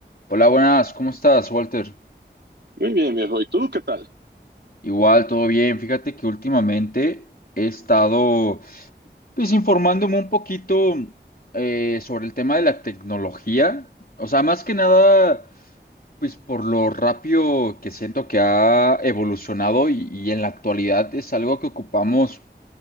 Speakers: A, on the left; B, on the right.
A: Hola, buenas, ¿cómo estás, Walter?
B: Muy bien, viejo. ¿Y tú qué tal?
A: Igual, todo bien. Fíjate que últimamente he estado, pues, informándome un poquito eh, sobre el tema de la tecnología. O sea, más que nada, pues, por lo rápido que siento que ha evolucionado y, y en la actualidad es algo que ocupamos